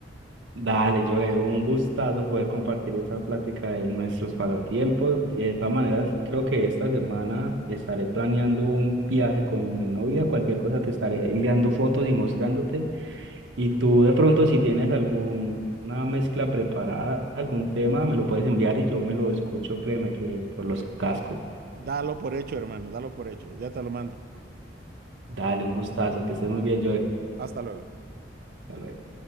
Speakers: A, on the right; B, on the right.
A: Dale, Joe, un gustazo poder compartir esta plática de nuestros pasatiempos. Eh, De todas maneras, creo que esta semana estaré planeando un viaje con mi novia. Cualquier cosa te estaré enviando fotos y mostrándote. Y tú de pronto, si tienes alguna mezcla preparada, algún tema, me lo puedes enviar y yo me lo escucho, créeme que por los cascos.
B: Dalo por hecho, hermano, dalo por hecho. Ya te lo mando.
A: Dale, un gustazo, que estés muy bien, Joe.
B: Hasta luego.
A: Hasta luego.